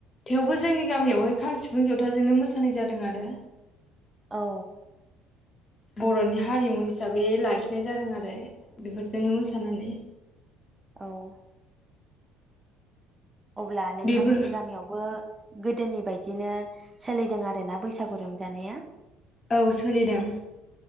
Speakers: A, on the left; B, on the right.
A: थेवबो जोंनि गामियावहाय खाम सिफुं जथाजोंनो मोसानाय जादों आरो
B: औ
A: बर'नि हारिमु हिसाबै लाखिनाय जादों आरो बेफोरजोंनो मोसानानै।
B: औ अब्ला नोंथांमोननि
A: बेफोर
B: गामियावबो गोदोनि बायदिनो सोलिदों आरोना बैसागु रंजानाया।
A: औ सोलिदों